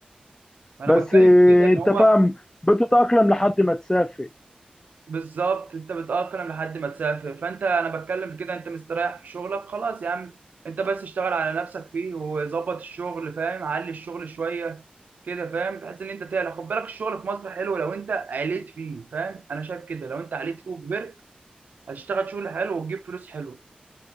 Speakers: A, on the right; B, on the left.
A: ما انا
B: بس
A: بتكلم
B: آه،
A: في كده ان
B: انت
A: هو
B: فاهم بتتأقلم لحد ما تسافر
A: بالظبط انت بتأقلم لحد ما تسافر فانت انا بتكلم في كده انت مستريح في شغلك خلاص يا عم انت بس اشتغل على نفسك فيه وظبط الشغل فاهم علي الشغل شويه كده فاهم بحيث ان انت تعلى خد بالك الشغل في مصر حلو لو انت عليت فيه فاهم انا شايف كده لو انت عليت فيه وكبرت هتشتغل شغل حلو وتجيب فلوس حلو